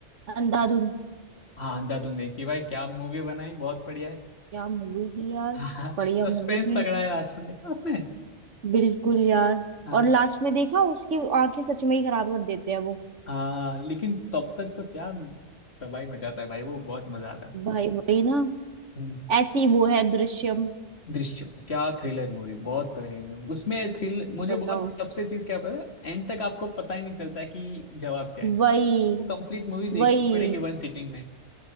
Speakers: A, on the right (about 80°); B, on the left (about 60°).
A: अंधाधुन
B: हाँ अंधा तुम देखी भाई क्या मूवी बनाई बहुत बढ़िया है
A: क्या मूवी थी यार
B: <laughs> हाँ
A: बढ़िया
B: सस्पेंस
A: मूवी थी
B: तगड़ा है लास्ट में देखा आपने
A: बिल्कुल यार
B: हाँ
A: और लास्ट में देखा उसकी आंखें सच में ही खराब कर देते हैं वो
B: हाँ लेकिन तब तक तो क्या तबाही मचाता है भाई वो बहुत मजा आता है
A: भाई वही ना
B: हम्म,
A: ऐसी वो है दृश्यम
B: दृश्यम क्या थ्रिलर मूवी बहुत तगड़ी मूवी उसमें थ्रिल मुझे
A: बताओ
B: बहुत सबसे चीज क्या पता है एंड तक आपको पता ही नहीं चलता है कि जवाब क्या है
A: वही
B: आपको कंप्लीट मूवी देखनी
A: वही
B: पड़ेगी वन सिटिंग में